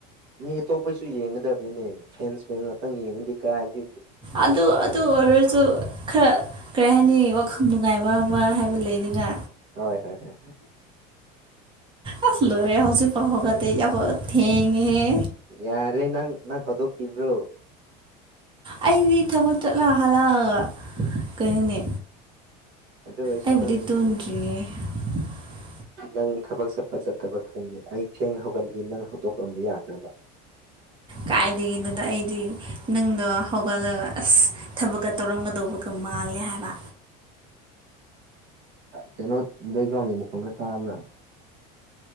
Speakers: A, on the right; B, on the right.
A: ꯃꯤ ꯑꯇꯣꯞ ꯑꯩꯈꯣꯏꯁꯨ ꯌꯦꯡꯒꯗꯕꯅꯤꯅꯦ ꯐꯦꯟꯁ ꯐꯦꯟ ꯉꯥꯛꯇꯪ ꯌꯦꯡꯉꯗꯤ ꯀꯗꯤ
B: ꯑꯗ ꯑꯗ ꯑꯣꯏꯁꯨ ꯈꯔ ꯀꯔꯤ ꯍꯥꯏꯅꯤ ꯋꯥꯈꯪ ꯅꯨꯡꯉꯥꯏꯕ ꯑꯃ ꯍꯥꯏꯕ ꯂꯩꯗꯅ
A: ꯍꯣꯏ ꯍꯣꯏ ꯍꯣꯏ
B: ꯑꯁ
A: ꯀꯨꯝꯍꯟ
B: ꯂꯣꯏ ꯌꯥ ꯌꯥ ꯍꯧꯁꯨ ꯍꯍꯣꯗ ꯑꯩꯈꯣꯏ ꯊꯦꯉ ꯑꯦ
A: ꯌꯥꯔꯦ ꯅꯪ ꯅꯪ ꯍꯧꯗꯣꯛꯄꯤꯕ꯭ꯔꯣ
B: ꯑꯩꯗꯤ ꯊꯕꯛ ꯆꯠꯂ ꯍꯥꯜꯂꯛꯑꯒ ꯀꯩꯅꯣꯅꯦ
A: ꯑꯗꯨ ꯑꯣꯏꯔꯁꯨ
B: ꯑꯩꯕꯨꯗꯤ
A: ꯅꯪ
B: ꯇꯨꯝꯗ꯭ꯔꯤꯌꯦ <unintelligible>
A: ꯅꯪ ꯊꯕꯛ ꯆꯠꯄ ꯆꯠꯇꯕ ꯈꯪꯗꯦ ꯑꯩ ꯊꯦꯡ ꯍꯧꯒꯠꯂꯤ ꯅꯪ ꯍꯧꯗꯣꯛꯂꯝꯕ ꯌꯥꯗ꯭ꯔꯕ
B: ꯀꯥꯏꯗꯒꯤꯅꯣꯗ ꯑꯩꯗꯤ ꯅꯪꯗꯣ ꯍꯧꯒꯠꯂꯒ ꯑꯁ ꯊꯕꯛꯀ ꯇꯧꯔꯝꯒꯗꯧꯕꯒ ꯃꯥꯜꯂꯦ ꯍꯥꯏꯕ
A: ꯀꯩꯅꯣ ꯕꯦꯛꯒ꯭ꯔꯥꯎꯟꯒꯤ ꯃꯐꯝꯒ ꯊꯥꯕ꯭ꯔꯥ